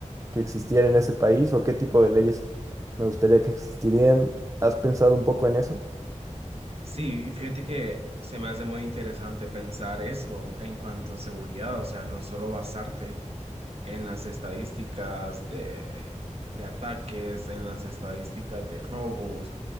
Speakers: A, on the right (about 25°); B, on the right (about 50°).
A: que existiera en ese país o qué tipo de leyes me gustaría que existirían. ¿Has pensado un poco en eso?
B: Sí, y fíjate que se me hace muy interesante pensar eso en cuanto a seguridad, o sea, no solo basarte en las estadísticas de, de ataques, en las estadísticas de robos,